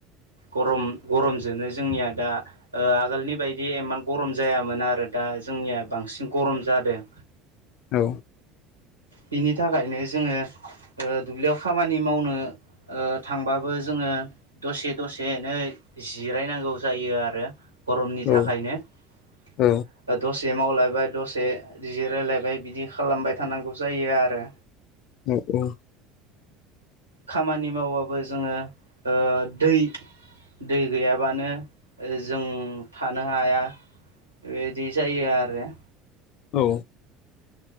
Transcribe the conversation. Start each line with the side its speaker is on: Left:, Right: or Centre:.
Right: गरम गरमजोंनो जोंनिया दा ओ आगोलनि बायदि एमान गरम जायामोन आरो दा जोंनिया बांसिन गरम जादों।
Left: औ।
Right: बिनि थाखायनो जोङो ओ दुब्लियाव खामानि मावनो ओ थांबाबो जोङो दसे दसेनो जिरायनांगौ जायो आरो। गरमनि
Left: औ
Right: थाखायनो
Left: औ
Right: दसे मावलायबाय दसे जिरायलायबाय बिदि खालामबाय थानांगौ जायो आरो।
Left: उम औ।
Right: खामानि मावबाबो जोङो ओ दै दै गैयाबानो जों थानो हाया। बेदि जायो आरो।
Left: औ।